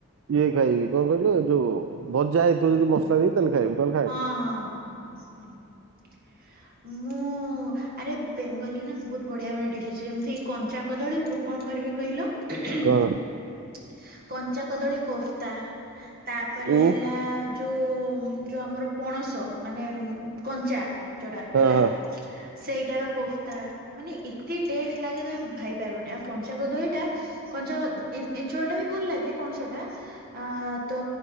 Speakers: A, on the right; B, on the right.
A: ଇଏ ଖାଇବି କଣ କହିଲୁ ଯୋଉ ଭଜା ହେଇଥିବ ଯଦି ମସଲା ଦେଇ। ତାହେଲେ ଖାଇବି ନହେଲେ ଖାଏନି।
B: ହଁ ହଁ ହଁ ହଁ ହଁ ମୁଁ ଆରେ ବେଙ୍ଗଲୀ ନା ବହୁତ ବଢିଆ ବଢିଆ ଡିସ୍ ଅଛି ଯେମିତି କଞ୍ଚାକଦଳୀ କୁ କଣ କରିବେ କହିଲ? ହୁଁ ହୁଁ
A: କଣ
B: କଞ୍ଚା କଦଳୀ କୋଫତା। ତାପରେ
A: ଉଁ
B: ହେଲା ଯୋଉ ଯୋଉ ଆମର ପଣସ ମାନେ କଞ୍ଚା ଚୋଡା
A: ହଁ
B: ହେଲା।
A: ହଁ
B: ସେଇଟାର କୋଫତା ମାନେ ଏତେ ଟେଷ୍ଟ ଲାଗେ ତମେ ଭାବି ପାରିବନି ଆଉ କଞ୍ଚା କଦଳୀ ଟା କଞ୍ଚା ଏ-ଏଞ୍ଚୁଳାଟା ବି ଭଲ ଲାଗେ ପଣସ ଟା ଅ ତ